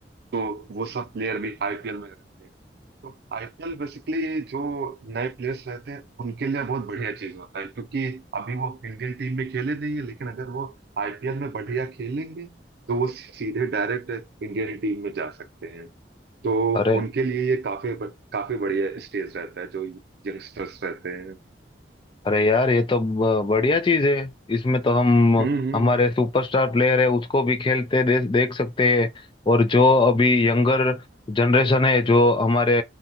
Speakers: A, on the right; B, on the left.
A: तो वो सब प्लेयर भी आईपीएल में रहते हैं तो आईपीएल बेसिकली जो नए प्लेयर्स रहते हैं उनके लिए बहुत बढ़िया चीज होता है क्योंकि अभी वो इंडियन टीम में खेले नहीं है लेकिन अगर वो आईपीएल में बढ़िया खेलेंगे तो वो सीधे डायरेक्ट इंडियन टीम में जा सकते हैं तो
B: अरे
A: उनके लिए ये काफी काफी बढ़िया स्टेज रहता है जो यंगस्टर्स रहते हैं
B: अरे यार ये तो ब- बढ़िया चीज है इसमें तो हम
A: हम्म हम्म
B: हमारे सुपरस्टार प्लेयर है उसको भी खेलते दे, देख सकते हैं और जो अभी यंगर जनरेशन है जो हमारे